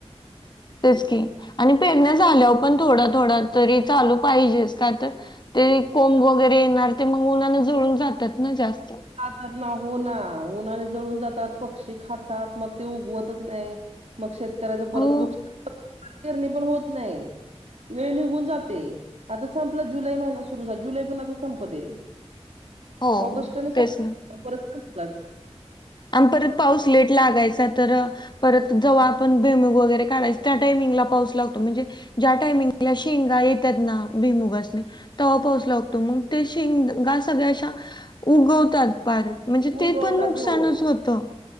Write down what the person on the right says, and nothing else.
खातात ना हो ना. उन्हाळ्यात जळून जातात, पक्षी खातात मग ते उगवतच नाही. मग शेतकऱ्याच परत
नुकसान पेरणी पण होत नाही. वेळ निघून जाते. आता संपला जुलै महिना सुरू झाल जुलै पण आता संपत येईल.
ऑगस्टने सं
मग परत <unintelligible> लाच.
उगवतात
हो.